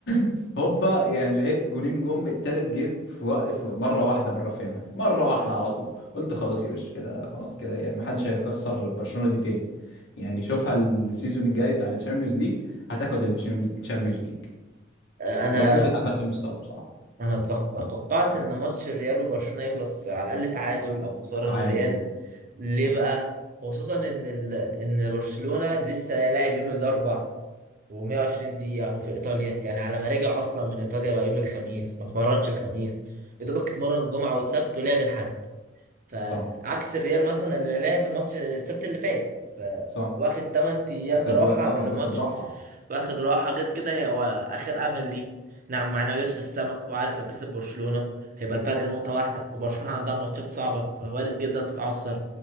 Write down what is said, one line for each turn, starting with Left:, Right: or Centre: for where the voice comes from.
Left: <laughs> هوبا يعني لقيت جونين جم التالت جه في وقت في مره واحده من رافينها مره واحده على طول قلت خلاص يا باشا كده خلاص كده يعني ما حدش هيخسر برشلونه دي تاني يعني شوفها السيزون الجاي بتاع الشامبيونز ليج هتاخد الشامبيونز ليج
Right: آه، انا
Left: لو فضلت على نفس المستوى بصراحه
Right: انا أتوق- توقعت ان ماتش الريال وبرشلونة يخلص على الاقل تعادل او خسارة
Left: تعادل
Right: للريال ليه
Left: صح
Right: بقى خصوصا ان ال... ان برشلونة لسه لاعب يوم الاربع و120 دقيقة هو في ايطاليا يعني على ما رجع اصلا من ايطاليا بقى يوم الخميس ما اتمرنش الخميس يا دوبك اتمرن جمعة وسبت ولعب الحد فعكس
Left: صح
Right: الريال مثلا اللي لعب ماتش السبت اللي فات فواخد
Left: صح
Right: 8 ايام
Left: واخد
Right: راحه
Left: و... اه
Right: قبل الماتش
Left: واخد راحه
Right: واخد راحه غير كده هي هو اخر امل ليه نعم معنوياته في السماء وعارف لو كسب برشلونه هيبقى الفرق نقطه واحده وبرشلونه عندها ماتشات صعبه فوارد جدا تتعثر